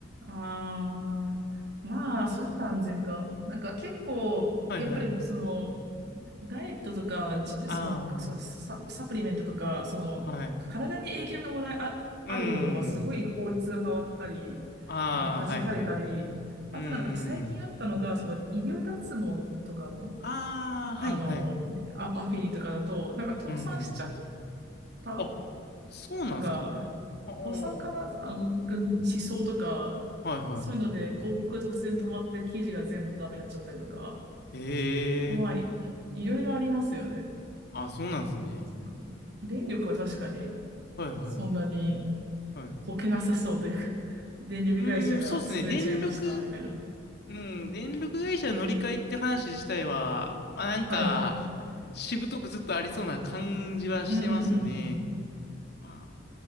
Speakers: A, on the right; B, on the left.
A: ああ、まあ、それと安全か。なんか結構、
B: はい、
A: やっぱりその、
B: はい。
A: ダイエットとか、じその、
B: あ
A: そのサ、サプリメントとか、その、
B: あ、はい。
A: 体に影響がもらいあ、
B: うん。
A: あるものはすごい法律が変わったり、
B: ああ、
A: あの、弾かれたり、
B: はい、はい。
A: あとなんか最近あったのが、
B: うん。
A: その医療脱毛とかの、
B: ああ、
A: あの、
B: はい、はい。
A: ア、アフィリとかだと、なんか倒産しちゃっ
B: うん。
A: た。
B: あ、そうなんですか。
A: とか、
B: は
A: 倒産かなあの、が思想とか、
B: あ。はい、はい。
A: そういうので広告が突然止まって記事が全部ダメになっちゃったりとか、
B: へ
A: まあ、
B: え。
A: い、いろいろありますよね。
B: あ、そうなんですね。
A: なんか電力は確かに
B: はいはい。
A: そんなに
B: はい。
A: こけなさそうというか、<laughs> 電力会社が潰れちゃいました、
B: うーん、そうですね。電力、
A: みたいな。
B: うん、電力会社の乗り換えって話自体は、まあなんか、
A: はい。
B: しぶとくずっとありそうな感じはしてますね。
A: うんうんうん。
B: あ、